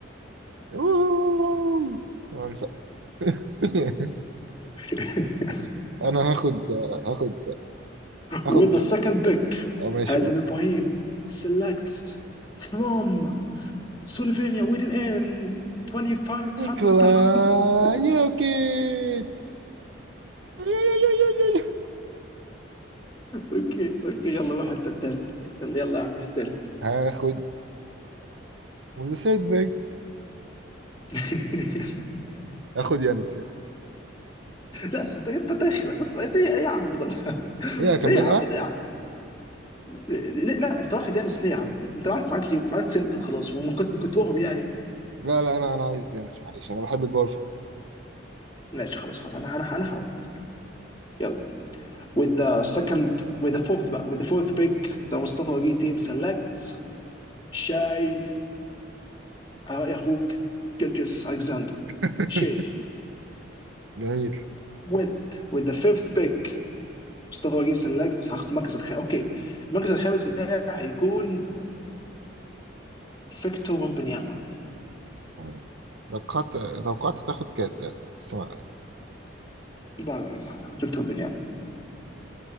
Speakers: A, on the right; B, on the left.
A: أوه. هنسى <laughs>
B: <laughs>
A: انا هاخد هاخد هاخد
B: With
A: جوكر
B: the second pick
A: او ماشي
B: Hazim
A: قول
B: Ibrahim selects from Slovenia with an N 2500
A: نيكولا
B: باوندز
A: يوكيتش <laughs>
B: اوكي اوكي <laughs> يلا روح انت الثالث يلا يلا يا عم روح الثالث
A: هاخد وذا ثيرد باك
B: <laughs>
A: هاخد يانس يانس
B: لا انت انت داخل بس بطل. انت ايه يا عم بضل
A: هي اكملها
B: ايه يا عم ده يا عم ليه- لا انت واخد يانس ليه يا عم انت معاك معاك يوك معاك سنتر خلاص وما كنت كنت وهم يعني
A: لا لا انا انا عايز يانس معلش انا بحب الباور فود
B: ماشي خلاص خلاص انا انا انا هوديك يلا With the second, with the fourth, with the fourth pick, the Mustafa Wagi team selects Shay على رأي أخوك جلجس ألكساندر
A: <laughs>
B: شي
A: جميل
B: with with the fifth pick مصطفى وجيه سيلكتس هاخد المركز الخامس اوكي المركز الخامس بتاعي هيكون فيكتور ومبنياما
A: تمام. توقعت توقعت تاخد كات بس ما-
B: لا لا لا فيكتور ومبنياما